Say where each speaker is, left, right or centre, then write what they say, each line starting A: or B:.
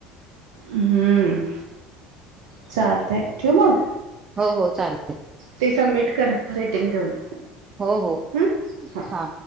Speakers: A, on the right; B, on the right.
A: हम्म. चालतंय, ठेवू मग?
B: हो.. हो, चालतंय.
A: ते सबमिट करा, रेटिंग देऊन.
B: हो.. हो,
A: हम्म. हां.
B: हा.